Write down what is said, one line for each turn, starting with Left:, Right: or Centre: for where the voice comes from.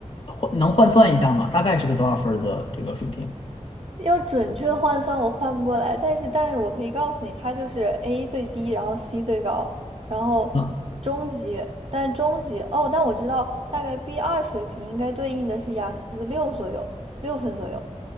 Left: 换能换算一下吗？大概是个多少分儿的这个水平？
Right: 要准确换算我换不过来，但是但是我可以告诉你，它就是 A 最低，然后 C 最高，然后中级，
Left: 嗯
Right: 但是中级哦，但我知道大概 B 二水平应该对应的是雅思六左右，六分左右，